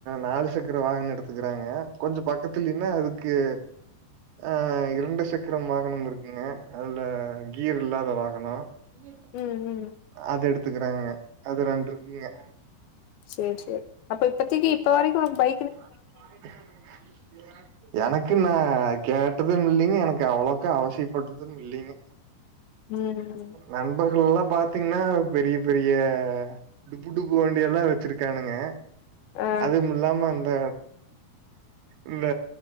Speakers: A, on the right; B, on the left.
A: நாலு சக்கர வாகன எடுத்துக்கிறாங்க கொஞ்ச பக்கத்துலினா அதுக்கு ஆ இரண்டு சக்கரம் வாகனம் இருக்குங்க அதில கீர் இல்லாத வாகனோ இய
B: ம் ம்
A: அது எடுத்துகிறாங்கங்க அது ரெண்ட்ருக்குங்க
B: சேர் சேர் அப்ப இப்பத்திக்கு இப்ப வரைக்கு ஒரு பைக்
A: <inaudible> எனக்கு நா கேட்டதுமில்லிங்க எனக்கு அவ்வளக்கா அவசியப்பட்டதும் இல்லிங்க
B: ம்
A: நண்பர்கள் எல்லா பாத்திங்னா பெரிய பெரிய டுபு டுபு வண்டி எல்லா வெ ச்சிருக்கானுங்க
B: ஆ
A: அதுமில்லாம அந்த இந்த